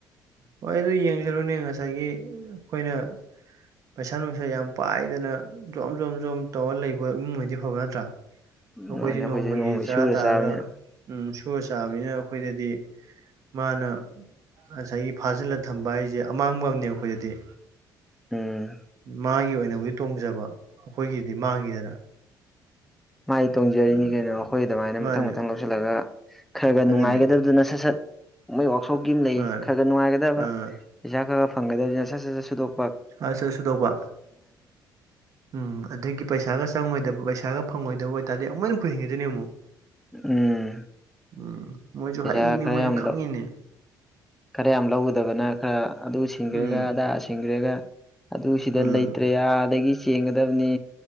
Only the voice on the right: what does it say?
ꯍꯣꯏ ꯑꯩ ꯑꯗꯨ ꯌꯦꯡꯁꯤꯜꯂꯨꯅꯦ ꯉꯁꯥꯏꯒꯤ ꯑꯩꯈꯣꯏꯅ ꯄꯩꯁꯥ ꯅꯨꯡꯁꯥ ꯌꯥꯝ ꯄꯥꯏꯗꯅ ꯖꯣꯝ ꯖꯣꯝ ꯖꯣꯝ ꯇꯧꯔ ꯂꯩꯕ ꯏꯃꯨꯡ ꯑꯣꯏꯗꯤ ꯐꯕ ꯅꯠꯇ꯭ꯔꯥ ꯑꯩꯈꯣꯏꯗꯤ
ꯅꯣꯡꯃꯒꯤ
ꯆꯔꯥ
ꯇꯥꯔꯒ
ꯎꯝ ꯁꯨꯔ ꯆꯥꯕꯅꯤꯅ ꯑꯩꯈꯣꯏꯗꯗꯤ ꯃꯥꯅ ꯉꯁꯥꯏꯒꯤ ꯐꯥꯖꯤꯜꯂ ꯊꯝꯕ ꯍꯥꯏꯁꯦ ꯑꯃꯥꯡꯕ ꯑꯃꯅꯦ ꯑꯩꯈꯣꯏꯗꯗꯤ
ꯃꯥꯒꯤ ꯑꯣꯏꯅꯕꯨꯗꯤ ꯇꯣꯡꯖꯕ ꯑꯩꯈꯣꯏꯒꯤꯗꯤ ꯃꯥꯡꯉꯤꯗꯅ
ꯎꯝ
ꯃꯥꯅꯦ
ꯑꯗꯨꯅꯦ
ꯃꯥꯅꯦ
ꯑꯥ
ꯑꯆꯁꯨꯗꯧꯕ ꯎꯝ ꯑꯗꯨꯗꯒꯤ ꯄꯩꯁꯥꯒ ꯆꯪꯉꯣꯏꯗꯕ ꯄꯩꯁꯥꯒ ꯐꯪꯉꯣꯏꯗꯕ ꯑꯣꯏ ꯇꯥꯔꯗꯤ ꯑꯃꯨꯛ ꯍꯦꯟ ꯀꯨꯏꯍꯟꯈꯤꯗꯣꯏꯅꯦ ꯑꯃꯨꯛ
ꯎꯝ ꯃꯣꯏꯁꯨ
ꯍꯥꯏꯏꯅꯦ
ꯃꯣꯏꯁꯨ
ꯈꯪꯉꯤꯅꯦ
ꯎꯝ
ꯎꯝ